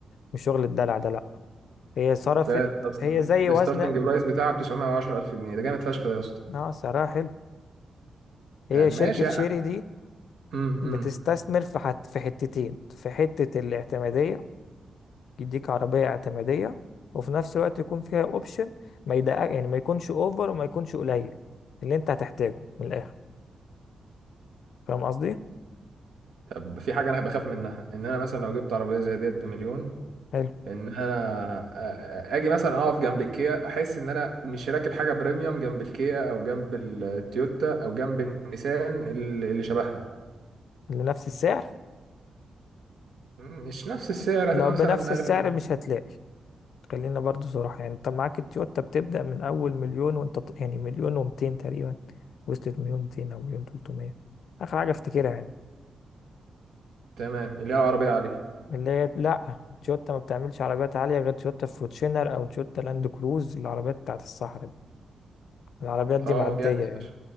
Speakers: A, on the left (about 80°); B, on the right (about 85°).
A: مش شغل الدلع ده لأ هي صرفت
B: فالستارتنج
A: هي زي وزن
B: برايس بتاعها ب 910000 جنيه ده جامد فشخ ده يا اسطى
A: أه سعرها حلو هي
B: طب
A: شركة
B: ماشي
A: شيري دي
B: امم
A: بتستثمر
B: امم
A: في حت... في حتتين في حتة الاعتمادية يديك عربية اعتمادية وفي نفس الوقت يكون فيها أوبشن ما يدقق يعني ما يكونش أوفر وما يكونش قليل اللي أنت هتحتاجه من الآخر فاهم قصدي؟
B: طب في حاجة انا بخاف منها ان انا مثلا لو جبت عربية زي ديت بمليون
A: حلو
B: ان انا آ- آ- اجي مثلا اقف جنب الكيا احس ان انا مش راكب حاجه بريميوم جنب الكيا او جنب التويوتا او جنب النيسان اللي اللي شبهها
A: لنفس السعر
B: مش نفس السعر
A: لو
B: هتبقى
A: بنفس
B: مثلا
A: السعر
B: اغلى من
A: مش هتلاقي خلينا برضو صراحة يعني انت معاك التويوتا بتبدأ من أول مليون وانت ط- يعني مليون ومتين تقريبا وصلت مليون ميتين أو مليون تلتمية آخر حاجة افتكرها يعني
B: تمام اللي هي العربيه عليها
A: اللي هي لأ تويوتا ما بتعملش عربيات عالية غير تويوتا فورتشنر أو تويوتا لاند كروز العربيات بتاعت الصحراء دي العربيات دي
B: اه
A: معدية
B: جامد
A: يعني
B: فشخ